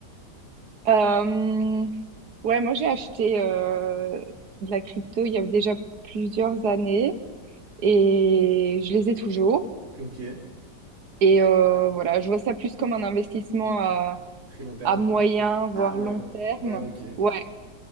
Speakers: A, on the right; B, on the right.
A: Euh, ouais, moi j'ai acheté euh, de la crypto il y a déjà plusieurs années et je les ai toujours.
B: Ok,
A: Et euh, voilà, je vois ça plus comme un investissement à,
B: très long terme.
A: à moyen, voire
B: Ah, moi,
A: long terme.
B: ouais, ok,
A: Ouais,